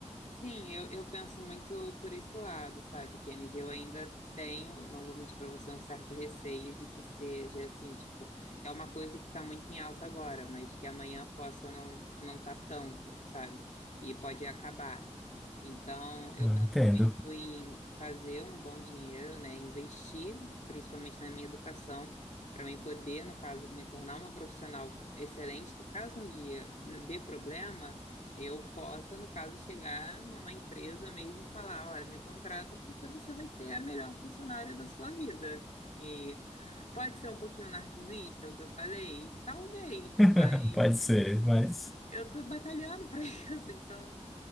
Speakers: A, on the left; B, in the centre.
A: Sim, eu, eu penso muito por esse lado, sabe, Kennedy? Eu ainda tenho, não vou mentir para você, um certo receio de que seja assim, tipo, é uma coisa que está muito em alta agora, mas que amanhã possa não não tá tanto, sabe? E pode acabar. Então, eu
B: Eu
A: penso
B: entendo.
A: muito em fazer um bom dinheiro, né? Investir, principalmente na minha educação, para mim poder, no caso, me tornar uma profissional excelente, que caso um dia n- dê problema, eu possa, no caso, chegar numa empresa mesmo e falar, olha, me contrata porque você vai ter a melhor funcionária da sua vida. E pode ser um pouquinho narcisista o que eu falei? Talvez,
B: <laughs>
A: mas
B: Pode ser, mas
A: eu estou batalhando para <laughs> isso, então.